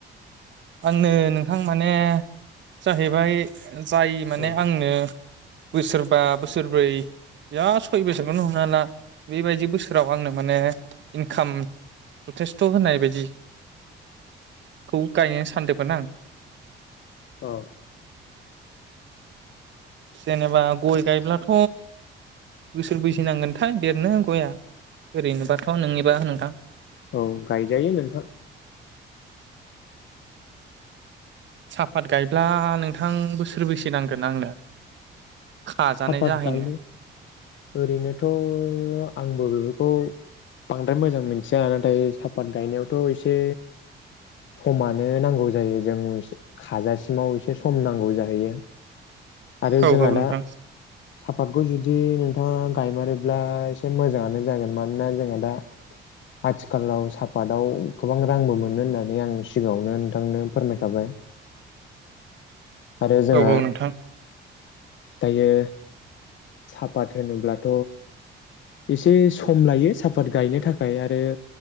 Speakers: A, on the right; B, on the left.
A: आंनो नोंथां माने जाहैबाय जाय माने
B: औ
A: आंनो बोसोरबा बोसोरब्रै बिराद सय बोसोरखौनो हमनो हाला बेबायदि बोसोराव आंनो माने इनखाम जथेस्थ होनाय बायदि खौ गायनो सानदोमोन आं
B: अ
A: जेनेबा गय गायब्लाथ बोसोरबैसो नांगोनथाय देरनो गया ओरैनोबाथ नोंनिबा नोंथां
B: औ गायजायो नोंथां
A: साहपात गायब्ला नोंथां बोसोरबैसे नांगोन आंनो खाजानाय
B: सापात
A: जाहैनो
B: गायनो ओरैनोथ आंबो बेफोरखौ बांद्राय मोजां मोनथिया नाथाय सापात गायनायाव थ एसे समानो नांगौ जायो जों खाजासिमाव एसे सम नांगौ जाहैयो आरो
A: औ
B: जोंहा
A: औ नोंथां
B: दा सापातखौ जुदि नोंथाङा गायमारोब्ला एसे मोजाङानो जागोन मानोना जोंहा दा आथिखालाव सापातआव गोबां रांबो मोनो होननानै आं सिगाङावनो नोंथांनो फोरमायखाबाय आरो जोंहा
A: औ औ नोंथां
B: दायो सापात होनोब्लाथ एसे सम लायो सापात गायनो थाखाय आरो